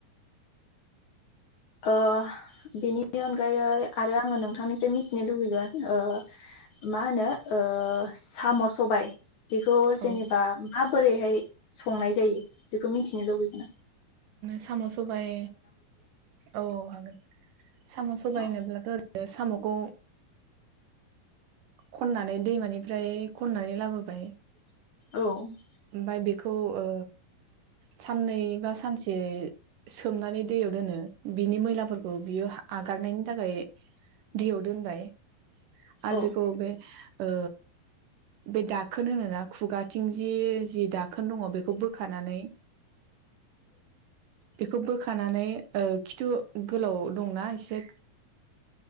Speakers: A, on the left (about 60°); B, on the right (about 70°).
A: ओ बेनि अनगायै आरो आङो नोंथांनिफ्राय मिथिनो लुुबैगोन मा होनो ओ साम' सबाय बेखौ जेनेबा
B: औ
A: माबोरैहाय संनाय जायो बेखौ मिथिनो लुुबैगोन
B: साम' सबाइ औ हागोन साम' सबाइ
A: औ
B: होनोब्लाथ' साम'खौ खननानै दैमानिफ्राय खननानै लाबोबाय
A: औ
B: ओमफाय बेखौ ओ साननै बा सानसे सोमनानै दैयाव दोनो बिनि मैलाफोरखौ बियो आगारनायनि थाखाय दैयाव दोनबाय आरो
A: औ
B: बेखौ बे ओ बे दाखोन होनोना खुगाथिंजि जि दाखोन दङ बेखौ बोखानानै बेखौ बोखानानै ओ खिथु गोलाव दंना एसे